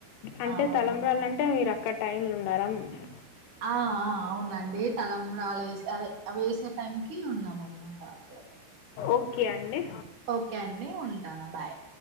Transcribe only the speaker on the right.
అవును
ఆ ఆ అవునండి తలంబ్రాలు ఏసే అదే అవి వేసే టైంకి ఉన్నాం అన్నమాట అంటే అక్కడ
ఓకే అండి ఉంటాను బాయ్